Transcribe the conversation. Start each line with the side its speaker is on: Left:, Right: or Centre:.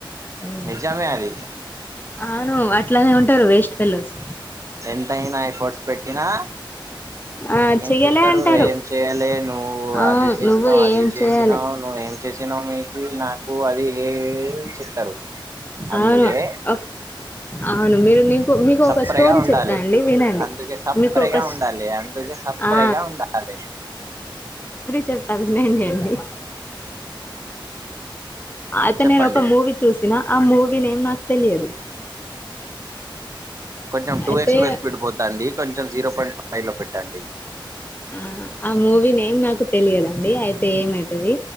Left: ఉమ్
Right: నిజమే అది
Left: అవును అట్లనే ఉంటారు వేస్ట్ ఫెల్లోస్
Right: ఎంతయినా ఎఫర్ట్స్ పెట్టినా
Left: ఆ
Right: ఏం
Left: చెయ్యలే
Right: చెప్తారు
Left: అంటారు
Right: ఏం చేయాలి నువ్వు
Left: ఆ
Right: అది చేసినా
Left: నువ్వు
Right: అది
Left: ఏం
Right: చేసినావు
Left: చేయాలే
Right: నువ్వు ఏం చేసినావు కి నాకు అది ఏం చేత్తారు అందుకే
Left: అవును ఒక్- అవును మీరు మీకు మీకు
Right: సప్పరిగా
Left: ఒక స్టోరీ
Right: ఉండాలి
Left: చెప్తా అండి వినండి
Right: అందుకే సప్పరిగా
Left: మీకు ఒక స్-
Right: ఉండాలి అందుకే సప్ అప్పుడేగా
Left: ఆ
Right: ఉండాలి
Left: చేత్త వినండి అండి అతనేను
Right: చెప్పండి
Left: ఒక మూవీ చూసినా ఆ మూవి నేమ్ నాకు తెలియదు
Right: కొంచెం టూ
Left: అయితే
Right: ఎక్స్ లో స్పీడ్ పోతాంది కొంచెం జీరో పాయింట్ ఫ పైలో పెట్టండి
Left: ఆ ఆ మూవీ నేమ్ నాకు తెలియదండి. అయితే ఏమైతది